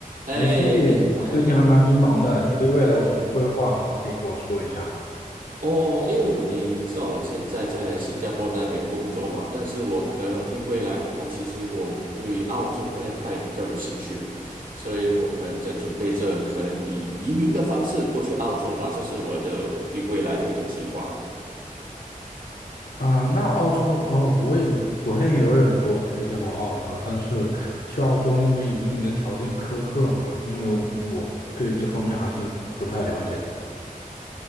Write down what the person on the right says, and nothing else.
哎，
你还
哦，因为我你你知道我现在在新加坡那边工作嘛，但是我可能对未来的话，其实我对澳洲那一块比较有兴趣，所以我可能在准备着，可能以移民的方式过去澳洲吧，这是我的对未来的一个计划。